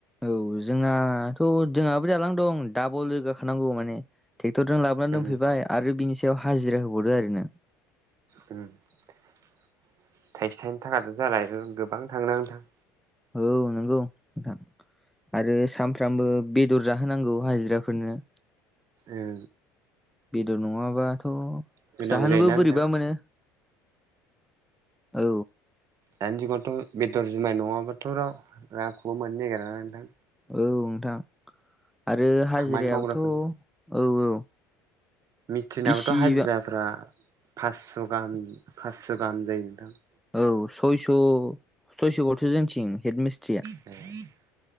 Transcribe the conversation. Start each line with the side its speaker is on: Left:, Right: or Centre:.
Centre: औ जोंहाथ' जोंहाबो दालां दं डाबलोगाखानांगौ माने ट्रेक्टरजों लाबोनानै
Right: उम
Centre: दोनफैबाय आरो बिनि सायाव हाजिरा होबावदो आरो नों
Right: थाइसे थायनै थाखाजों जाला गोबां थांनो नोंथां?
Centre: औ नंगौ नोथां। आरो सामफ्रामबो बेदर जाहोनांगौ हाजिराफोरनो
Right: ए
Centre: बेदर नङाबाथ'
Right: होनांगौ
Centre: जाहोनोबो
Right: जायोना नोंथां
Centre: बोरैबा मोनो औ
Right: दानि जुगावथ' बेदर जुमाय नङाबाथ' राव रावखौबो मोननो नागिरा नोंथां।
Centre: औ नोंथां आरो हाजिरायाबोथ'
Right: खामानि मावग्राफोरनो
Centre: औ औ
Right: मिस्ट्रिनाबोथ'
Centre: बिसिबा
Right: हाजिराफ्रा फासस' गाहाम फास्स' गाहाम जायो नोंथां?
Centre: औ सयस' सयस' बाथ जोंथिं हेड मिस्ट्रिया
Right: <unintelligible>